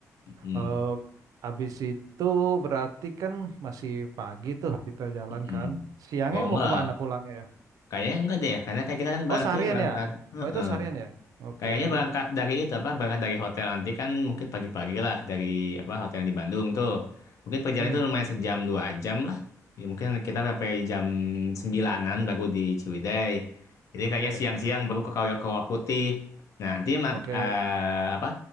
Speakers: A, on the left; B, on the right.
A: mm.
B: Eh habis itu berarti kan masih pagi tuh kita jalan
A: Mm-mm.
B: kan. Siangnya
A: Oh enggak,
B: mau kemana pulangnya? ya?
A: kayaknya enggak deh, karena kayak kita kan
B: Oh,
A: berarti
B: seharian
A: berangkat,
B: ya?
A: Heeh.
B: Oh, itu seharian ya? Oke.
A: Kayaknya berangkat dari itu apa, berangkat dari hotel nanti kan mungkin pagi-pagi lah dari apa hotel yang di Bandung tuh, mungkin perjalanan
B: Mm,
A: itu lumayan sejam dua jam lah, ya, mungkin kita sampai jam sembilanan baru di Ciwidey, jadi
B: Oke.
A: kayaknya siang-siang baru ke Kawah Kawah Putih, nah nanti ma-
B: Oke.
A: eh, apa